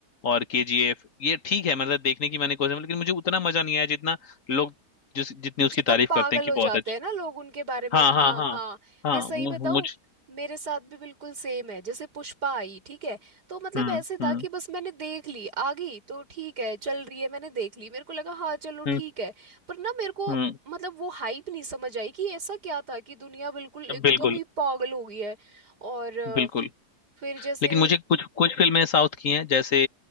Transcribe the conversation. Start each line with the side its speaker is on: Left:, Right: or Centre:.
Left: और केजीएफ ये ठीक है मतलब देखने की मैंने कोशिश लेकिन मुझे उतना मजा नहीं आया जितना लोग जिस जितनी
Right: जितना
Left: उसकी तारीफ
Right: पागल
Left: करते हैं कि
Right: हो जाते
Left: बहुत अच्छी
Right: हैं ना लोग उनके बारे में
Left: हाँ
Right: हाँ
Left: हाँ हाँ
Right: हाँ
Left: हाँ
Right: मैं सही
Left: मु-
Right: बताऊं
Left: मुझ
Right: मेरे साथ भी बिल्कुल सेम है जैसे पुष्पा आई ठीक है तो मतलब
Left: हम्म
Right: ऐसे था
Left: हम्म
Right: कि बस मैंने देख ली आ गई तो ठीक है चल रही है मैंने देख ली मेरे को लगा हाँ चलो
Left: हम्म
Right: ठीक है पर ना मेरे को
Left: हम्म
Right: मतलब वो हाइप नहीं समझ आई कि ऐसा क्या था कि दुनिया बिल्कुल एकदम
Left: बिल्कुल
Right: ही पागल हो गई है और अ,
Left: बिल्कुल
Right: फिर जैसे
Left: लेकिन मुझे कुछ कुछ फिल्में साउथ की हैं जैसे